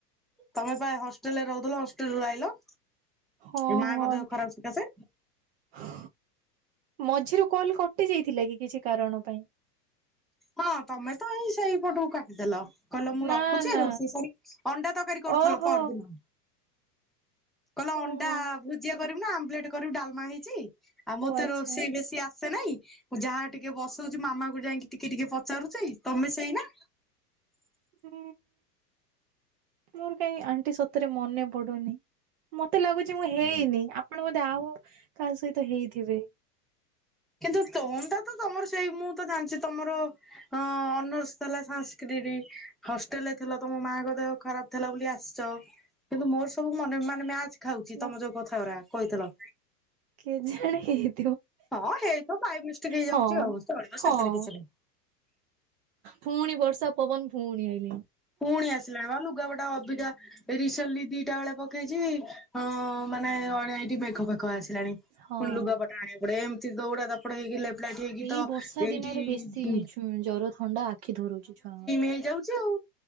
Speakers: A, in the centre; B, on the right.
A: ତମେ ପାଇଁ ହ ହଷ୍ଟେଲ ରହୁଥିଲ ହଷ୍ଟେଲ ରୁ ଆଇଲ।
B: ହଁ
A: ଏ ମାଙ୍କ
B: ହଁ
A: ଦେହ
B: ଏ
A: ଖରାପ ସକାଶେ
B: ମଝିରୁ <unintelligible> କଟି ଯାଇଥିଲା କି କିଛି କାରଣ ପାଇଁ?
A: ହଁ ତମେ ତ ଏଇ ସେଇ ପଟକୁ କାଟିଦେଲ। କହିଲ ମୁଁ
B: ନା
A: ରଖୁଛି
B: ନା
A: ରୋଷେଇ ସାରି ଅଣ୍ଡା ତରକାରୀ କରୁଥିଲ
B: ଓହୋ
A: ପହରଦିନ। କହିଲା ଅଣ୍ଡା
B: ଓହୋ
A: ଭୁଜିଆ କରିବୁ ନା, ଆମ୍ବଲେଟ କରିବୁ, ଡାଲମା ହେଇଚି। ଆଉ ମୋତେ
B: ଓ ଆଚ୍ଛା।
A: ରୋଷେଇ ବେଶୀ ଆସେ ନାହିଁ, ମୁଁ ଯାହା ଟିକେ ବସଉଚି ମାମା କୁ ଯାଇକି ଟିକେ ଟିକେ ପଚାରୁଚି ତମେ ସେଇନା?
B: ଉଁ ମୋର କାଇଁ ଆଣ୍ଟି ସତରେ ମନେ ପଡୁନି। ମତେ ଲାଗୁଚି ମୁଁ ହେଇନି ଆପଣ ବୋଧେ ଆଉ କାହା ସହିତ ହେଇଥିବେ?
A: କିନ୍ତୁ ତୋନ ଟା ତ ତମର ସେଇ ମୁଁ ତ ଜାଣିଛି ତମର ହଁ ଅନର୍ସ ଥିଲା ସାଂସ୍କିରିଢି ହଷ୍ଟେଲ ଥିଲା ତମ ମାଙ୍କ ଦେହ ଖରାପ ଥିଲା ବୋଲି ଆସଚ କିନ୍ତୁ ମୋର ସବୁ ମନେ ମାନେ ମ୍ୟାଚ୍ ଖାଉଚି
B: ନା
A: ତମ ଯୋଉ କଥା ଗୁରା କହିଥିଲ।
B: କେଯିଣି ହେଇଥିବ।
A: ହଁ ହେଇଥ ବାଇ ମିଷ୍ଟେକ ହେଇଯାଉଚି
B: ହଁ।
A: ଆଉ ଚଳିବ
B: ହଁ
A: ସେଥିରେ କିଛି ନାଇଁ।
B: ଫୁଣି ବର୍ଷା ପବନ ଫୁଣି ଆଇଆନି।
A: ଫୁଣି ଆସିଲା ବା ଲୁଗା ବଟା ଅବିିକା ରିସେଣ୍ଟିଲ ଦିଟା ବେଳେ ପକେଇଚି, ଅଁ ମାନେ ଅଢେ ଇଠି ମେଘ ଫେଘ ଆସିଲାଣି।
B: ହଁ।
A: ଫୁଣି ଲୁଗାପଟା ଆଣିବା ପଡେ ଏମିତି ଦୌଡା ଦପଡା ହେଇକି ଲେପ ଲାଇଟ ହେଇକି
B: ଏଇ
A: ତ
B: ବର୍ଷା
A: ଏଇଠି
B: ଦିନରେ ବେଶୀ
A: ଉ
B: ଛୁ ଜର ଥଣ୍ଡା ଆଖି ଧରୁଚି ଛୁଆଙ୍କର
A: ହେଇଯାଉଛି ଆଉ